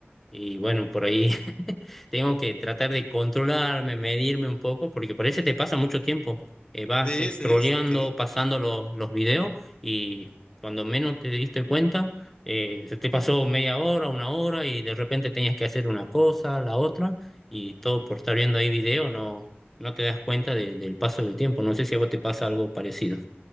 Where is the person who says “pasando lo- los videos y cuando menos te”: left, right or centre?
Centre